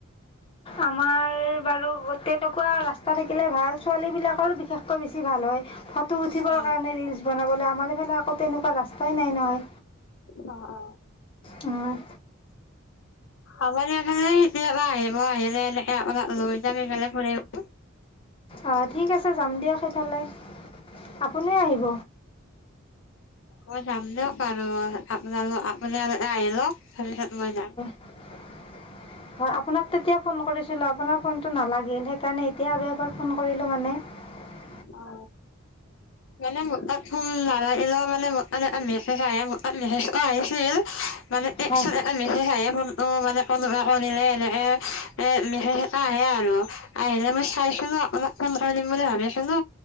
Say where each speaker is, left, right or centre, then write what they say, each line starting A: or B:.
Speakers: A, on the left; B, on the left.
A: আমাৰ বাৰু তেনেকুৱা ৰাস্তা থাকিলে ভাল ছোৱালীবিলাকৰো বিশেষকৈ বেছি ভাল হয় ফটো উঠিবৰ
B: অ
A: কাৰণে ৰিলচ বনাবলৈ আমাৰ এইফালে আকৌ তেনেকুৱা ৰাস্তাই নাই নহয়
B: অ অ
A: উম
B: আমাৰ এইফালে কেতিয়াবা আহিব আহিলে এনেকে অলপ লৈ যাম সফালে ফুৰিব
A: অঁ ঠিক আছে যাম দিয়ক সেইফালে আপুনিও আহিব
B: মই যাম দিয়ক আৰু আপাল আপ আহিলও তাৰ পিছত মই যাম
A: <unintelligible> হয় আপোনাক তেতিয়া ফোন কৰিছিলোঁ আপোনাৰ ফোনটো নালাগিল সেইকাৰণে এতিয়া আৰু এবাৰ ফোন কৰিলোঁ মানে হয়
B: অ মানে মোৰ তাত ফোন নালাগিলে মানে মোৰ মানে মেছেজ আহে ম ত মেছেজ আহিছিল মানে এ একশ
A: হয়
B: টকা মেছে আহে ক মানে কোনোবাই কিলে এনেকে এ আহে আৰু আহিলে মই চাই নো আমাক কোন কীম বুলি ভাবি আছনো